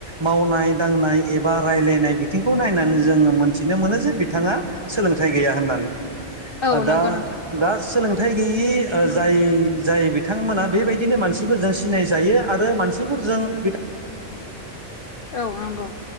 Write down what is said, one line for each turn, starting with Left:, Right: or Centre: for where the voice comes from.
Right: मावनाय दांनाय एबा रायलायनाय बिथिंखौ नायनानै जोंङ मोनथिनो मोनो जे बिथाङा सोलों फिथाइ गैया होननानै
Left: औ नंगौ
Right: दा
Left: नोंथां
Right: सोलोंथाइ गैयि जाय जाय बिथांमोना बेबायदिनो मानसिफोरजों सिनाय जायो आरो मानसिफोरजों बिथां
Left: औ नंगौ।